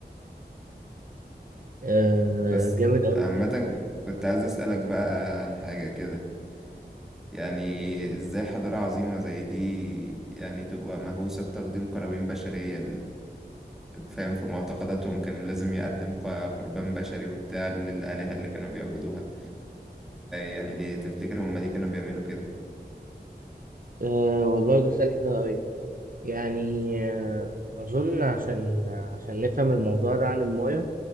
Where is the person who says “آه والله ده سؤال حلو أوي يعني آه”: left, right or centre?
Right